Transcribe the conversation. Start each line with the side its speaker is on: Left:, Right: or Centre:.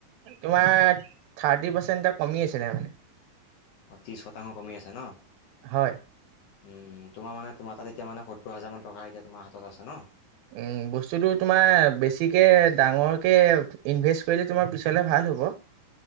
Right: তোমাৰ থাৰ্টি পাৰ্চেণ্ট এ কমি আছিলে মানে।
Left: অ' ত্ৰিছ শতাংশ কমি আছে ন?
Right: হয়।
Left: উম তোমাৰ মানে তোমাৰ তাত এতিয়া মানে সত্তৰ হাজাৰ মান টকা এতিয়া তোমাৰ হাতত আছে ন?
Right: উম বস্তুটো তোমাৰ বেছিকে ডাঙৰকে ইনভেষ্ট কৰিলে তোমাৰ পিছলে ভাল হ'ব। <inaudible>